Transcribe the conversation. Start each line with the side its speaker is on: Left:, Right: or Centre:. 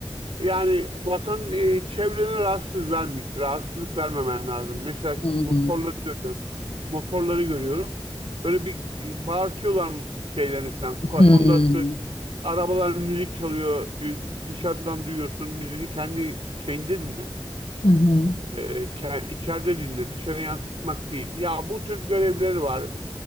Right: Yani vatan e, çevrene rahatsız verme, rahatsızlık vermemen lazım. Mesela
Left: Hı
Right: şimdi motorları
Left: hı.
Right: görüyorum. Motorları görüyorum. Böyle bir e, bağırtıyorlar şeylerini falan. Ko-
Left: Hmm.
Right: Ondan sonra arabalar müzik çalıyor. Y- Dışarıdan duyuyorsun. Müziğini kendi şeyinde dinle.
Left: Hı hı.
Right: e, ke- içeride dinle, dışarı yansıtmak değil. Ya bu tür görevleri var.